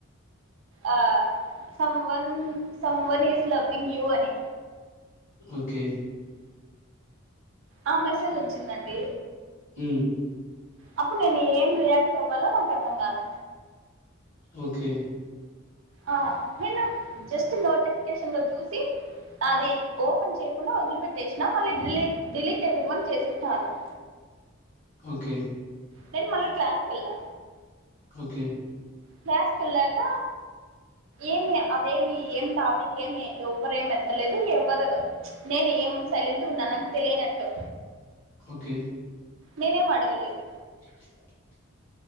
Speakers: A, on the right (about 70°); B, on the left (about 40°).
A: ఆ someone someone is loving you అని
B: ఓకే
A: ఆ మెసేజ్ వ.
B: మ్
A: అప్పుడు నేను ఏం రియాక్ట్ అవ్వాలో నాకు అర్థం కాలే
B: ఓకే
A: ఆ నేను జస్ట్ నోటిఫికేషన్ లో చూసి అది ఓపెన్ చేయకుండా వదిలిపెట్టేసినా మళ్ళీ డిలీట్ డిలీట్ ఎవ్వరివన్ చేసినారు. <inaudible>
B: ఓకే
A: నేను మళ్ళీ క్లాస్ కెళ్లా.
B: ఓకే
A: క్లాసు కెల్లాక ఏమి అదేమి ఏం టాపిక్ ఏమి ఎవ్వరూ ఏం ఎత్తలేదు ఎవరూ నేను ఏం సైలెంట్ గా ఉన్నా నాకు తెలియనట్టు.
B: ఓకే
A: నేనేమమీఅడగల్లేదు.
B: <inaudible>